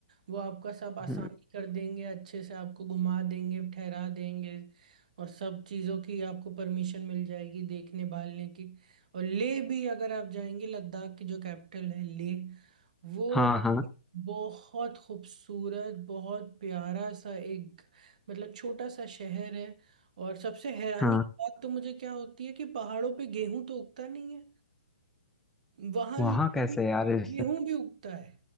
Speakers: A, on the right (about 50°); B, in the centre.
A: वो आपका सब आसानी
B: हम्म,
A: कर देंगे अच्छे से आपको घुमा देंगे ठहरा देंगे और सब चीज़ों की आपको परमिशन मिल जाएगी देखने भालने की और ले भी अगर आप जाएंगे लद्दाख की जो कैपिटल है ले वो
B: हाँ हाँ
A: बहुत खूबसूरत बहुत प्यारा सा एक मतलब छोटा सा शहर है और सबसे हैरानी
B: हाँ
A: की बात तो मुझे क्या होती है कि पहाड़ों पे गेहूं तो उगता नहीं है वहां
B: वहाँ
A: लेह
B: कैसे
A: में
B: यार इससे
A: गेहूं भी उगता है